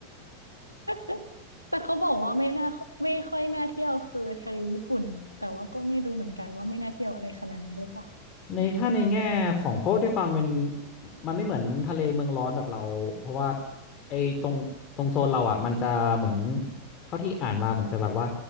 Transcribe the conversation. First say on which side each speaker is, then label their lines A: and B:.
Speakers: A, on the left; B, on the left.
A: <laughs> แต่เขาบอกว่าไม่น่าไม่ค่อยน่าเที่ยวคือทะเลญี่ปุ่นแต่ว่าก็ไม่รู้เหมือนกันว่าไม่น่าเที่ยวอะไรขนาดนั้นหรือเปล่า
B: ในถ้าในแง่ของเพราะด้วยความเป็นมันไม่เหมือนทะเลเมืองร้อนแบบเราเพราะว่าไอ้ตรงตรงโซนเราอ่ะมันจะเหมือนเท่าที่อ่านมาเหมือนจะแบบว่า